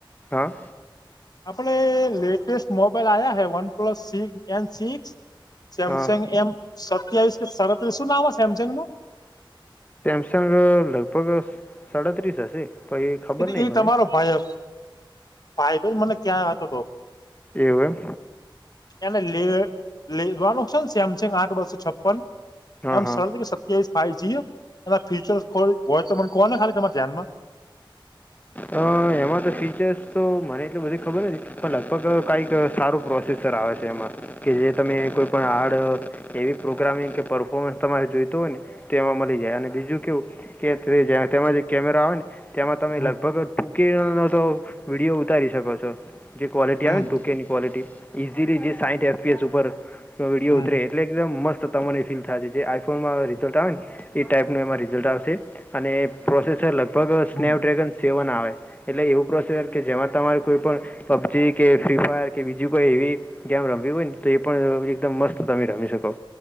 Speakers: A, on the left; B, on the left.
A: હા.
B: આપડે લેટેસ્ટ મોબાઈલ આવ્યા હે વન પ્લસ એન સિક્સ સેમસંગ
A: હા
B: એમ સત્યાવીસ કે સાડત્રીસ શું નામ સેમસંગ નું
A: સેમસંગ લગભગ સાડાત્રીસ હશે. પણ ખબર
B: એ
A: નહિ
B: એ
A: મને
B: તમારો ભાઈ ભાઈ ભાઈ મને ક્યાં હતો હતો.
A: એવુ એમ.
B: એને લ લેવાનું છે ને સેમસંગ આઠ બસો છપ્પન
A: હા
B: એમ
A: હા
B: સત્યાવીસ ફાઈ એ ફ્યુચર હોય તો ક ને ખાલી તમા ધ્યાનમાં <inaudible>
A: અ એમાં તો ફીચર્સ તો મને એટલ બધી ખબર નથી પણ લગભગ કઈક સારું. પ્રોસેસર આવે છે એમાં કે જે તમે કોઈપણ હાર્ડ. એવી પ્રોગ્રામિંગ કે પરર્ફોર્મન્સ તમારે જોઈતું હોય ને તો એમાં મળી જાય અને બીજું કેવું કે તેમાં જે કેમેરા આવે ને તેમાં તમે
B: હમ
A: લગભગ ટ કે તો વિડીયો ઉતારી શકો છો જે ક્વોલિટી
B: હમ
A: આવે ને ટૂકેની ક્વોલિટી ઇઝીલી જે સાઈઠ એફપીએસ ઉપર વ વિડીયો
B: હમ
A: ઉતરે એટલે એકદમ મસ્ત તમને એ ફીલ થાય છે જે આઈફોનમાં રિઝલ્ટ આવે ને એ ટાઈપનું એમાં રિઝલ્ટ આવશે. અને પ્રોસેસર લગભગ
B: હમ
A: સ્નેપડ્રેગન સેવન આવે એટલે એવું પ્રોસેસર કે જેમાં તમારે કોઈ પણ પબજી કે ફ્રી ફાયર કે બીજી કોઈ એવી. કેમ રમવી હોય ને તો એ પણ એકદમ મસ્ત તમે રમી શકો.